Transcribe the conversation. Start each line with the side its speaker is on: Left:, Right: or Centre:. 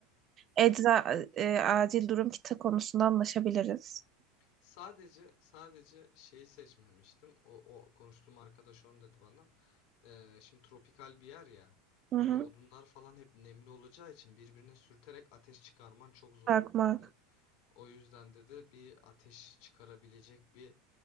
Right: e, ecza, e, acil durum kiti konusunda anlaşabiliriz.
Left: Sadece sadece şeyi seçmemiştim. O, o konuştuğum arkadaş onu dedi bana. Ee, şimdi tropikal bir yer ya.
Right: Hı
Left: Böyle
Right: hı.
Left: odunlar falan hep nemli olacağı için birbirine sürterek ateş çıkarman çok zor
Right: Bakmak.
Left: olur dedi. O yüzden dedi bir ateş çıkarabilecek bir